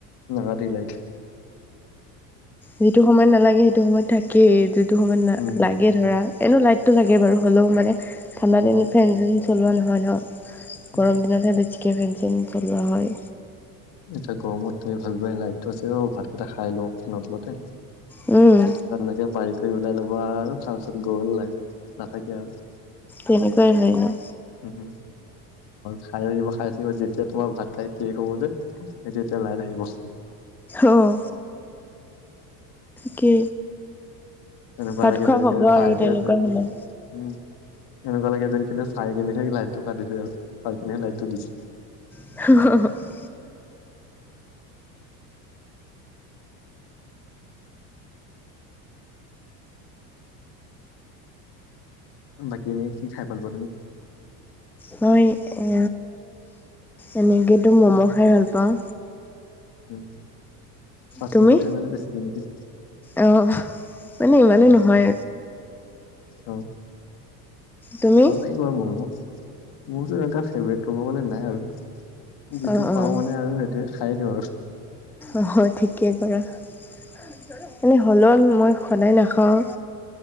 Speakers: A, on the left; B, in the centre.
A: নাকাটেই লাইট
B: যিটো সময় নালাগে সেইটো সময়ত থাকেই যিটো সময়ত না
A: উম
B: লাগে ধৰা এনো লাইট। টো লাগে বাৰু হ'লেও মানে ঠাণ্ডা
A: উম
B: দিনত ফেন যেন চলোৱা নহয় ন।
A: উম
B: গৰম
A: উম
B: দিনতহে বেছিকে ফেন চেন চলোৱা হয়।
A: এতিয়া গৰমত তুমি ভাবিবাই লাইটটো আছে অ ভাতকেইটা খাই লওঁ ফেনৰ তলতে।
B: উম,
A: তাত এনেকে বাৰী কৰি ওলাই ল'বা আৰু তাৰপিছত গ'ল লাইট নাথাকে আৰু।
B: তেনেকুৱাই হয় ন?
A: উম, খাই হৈ যাব, খাই থাকিব যেতিয়া তোমাৰ ভাত খাই শেষ হব যে। যেতিয়া তেতিয়া লাইন আহিব।
B: অহ কি
A: এনেকুৱা
B: ভাত
A: লাগে
B: খোৱা
A: যেন
B: হব
A: খিনি চাইহে
B: আৰু তেনেকুৱা
A: আছে আৰু
B: সময়।
A: উম এনেকুৱা লাগে যেন কিন্তু চাই কিনে সে লাইটটো কাটিছে আৰু চাই কিনে সে লাইটটো দিছে।
B: অ
A: বাকী এনেই কি খাই ভাল পোৱা তুমি।
B: মই এ এনেকেতো মম'
A: উম
B: খাই ভাল পাওঁ।
A: উম ফাৰ্ষ্ট
B: তুমি?
A: ফুটতে মানে বেছিকে নেকি।
B: অ মানে ইমানো
A: উম,
B: নহয়।
A: অ
B: তুমি?
A: ভাল লাগে। মম' মোৰতো এনেকা ফেভৰেট ক'ব গ'লে নাই আৰু। যিটো
B: অ', অ',
A: পাও মানে আৰু সেইটোৱে খাই দিওঁ আৰু।
B: অ' ঠিকে কৰা এনেই হলোন মই সদায় নাখাওঁ।